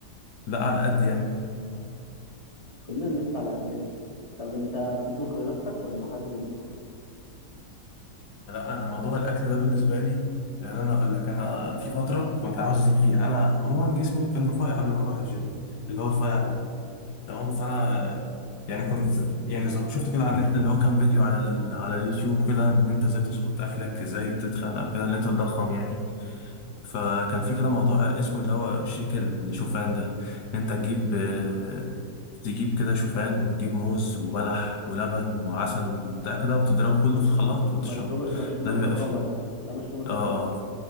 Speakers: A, on the left; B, on the left.
A: لا على قد يعني
B: كلنا لسه على قدنا طب انت بتطبخ لنفسك ولا حد بيطبخ
A: لا انا موضوع الاكل ده بالنسبه لي يعني انا اقول لك انا في فتره كنت عاوز ازيد فيها انا عموما جسمي كان رفيع قبل ما اروح الجيم اللي هو رفيع قوي تمام فانا يعني كنت يعني ز- شفت كده على النت اللي هو كان فيديو على ال... على اليوتيوب كده ان انت ازاي تظبط اكلك ازاي تتخن او كده ان انت تضخم يعني فكان في كده موضوع اسمه اللي هو شيك الشوفان ده ان انت تجيب آه، تجيب كده شوفان وتجيب موز وبلح ولبن وعسل وبتاع كده وتضربه كله في الخلاط وتشربه
B: مشروب مشروب
A: ده
B: الضخامه
A: بيبقى فيه
B: ده ده مشروب الضخامه
A: اه